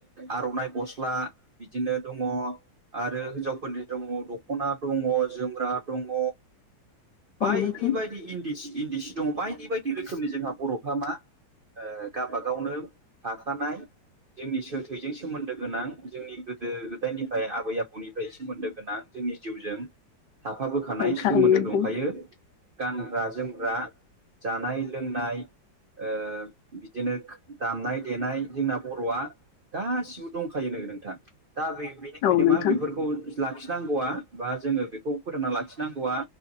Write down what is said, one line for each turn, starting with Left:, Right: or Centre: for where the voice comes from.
Right: आर'नाइ गस्ला बिदिनो दङ' आरो हिनजावफोरनि दङ दख'ना दङ जोम्रा दङ'
Left: औ
Right: बायदि
Left: नोंथां
Right: बायदि इन्दि इन्दि सि दङ बायदि बायदि रोखोमनि जोंहा बर'फ्रा मा? गावाब गावनो थाखानाय जोंनि थैजों सोमोन्दो गोनां जोंनि गोदो गोदायनिफ्राय आबै आबौनिफ्राय सोमोन्दो गोनां जोंनि जिउजों थाफाबोखानाय
Left: औ थारैनो
Right: सोमोन्दो
Left: नोंथां
Right: दंखायो गानग्रा जोम ग्रा जानाय लोंनाय, ओ बिदिनो दामनाय, देनाय, जोंना बर'आ गासिबो दंखायो नो नोंथां दा बे बेनिखायनो
Left: औ नोंथां
Right: मा बेफोरखौ लाखिनो नांगौआ बा जोङो बेखौ फोथोंना लाखिनांगौआ